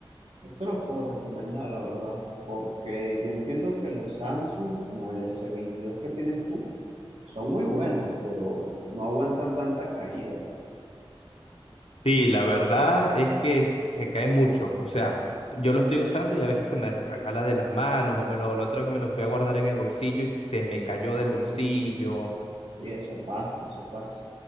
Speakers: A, on the right; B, on the left.
A: Yo te lo puedo recomendar, la verdad, porque yo entiendo que los Samsung, como el s veintidós que tienes tú, son muy buenos, pero no aguantan tanta caída.
B: Sí, la verdad es que se cae mucho. O sea, yo lo estoy usando y a veces se me resbala de las manos o me lo, la otra vez me lo fui a guardar en el bolsillo y se me cayó del bolsillo.
A: Ujú. Sí, eso pasa, eso pasa.